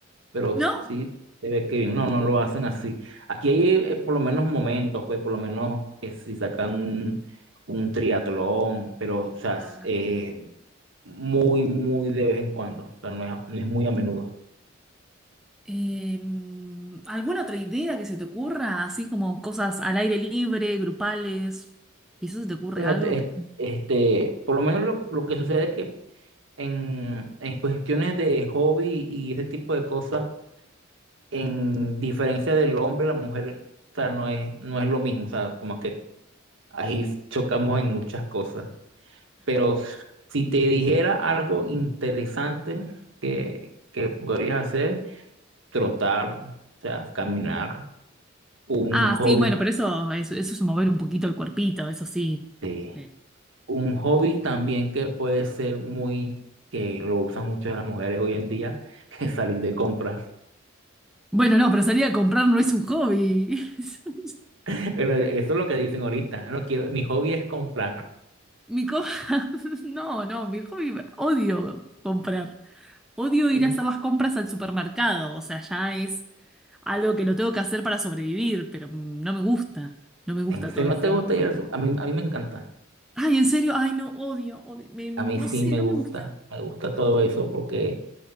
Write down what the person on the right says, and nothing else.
pero
sí se ve que bien. No, no lo hacen así. Aquí hay eh, por lo menos momentos, pues por lo menos que si sacan un, un triatlón, pero o sea, s-
eh, muy, muy de vez en cuando, o sea, no es, no es muy a menudo.
Bueno,
te-
este, por lo menos lo, lo que sucede es que en, en cuestiones de hobby y ese tipo de cosas, en diferencia del hombre, la mujer, o sea, no es, no es lo mismo, o sea, como que ahí chocamos en muchas cosas. Pero si te dijera algo interesante que, que podrías hacer, trotar, o sea, caminar, un
hobby.
sí.
Un hobby también que puede ser muy, que lo usan mucho las mujeres hoy en día, <laughs> es salir de compras.
<laughs> Pero eso es lo que dicen ahorita. No quiero, mi hobby es comprar.
En-
en- Si
no
te
gusta ir al sup- a mí, a mí me encanta.
A mí sí
me
gusta.
Me gusta todo eso porque